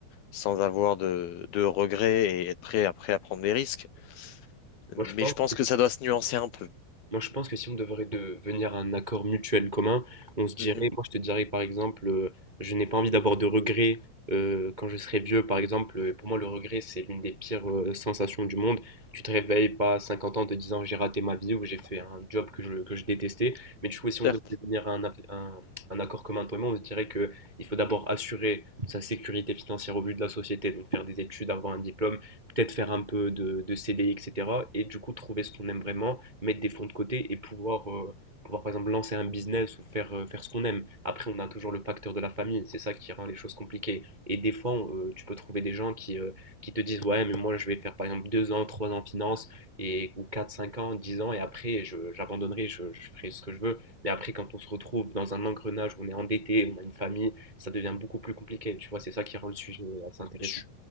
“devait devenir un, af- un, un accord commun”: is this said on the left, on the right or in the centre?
Right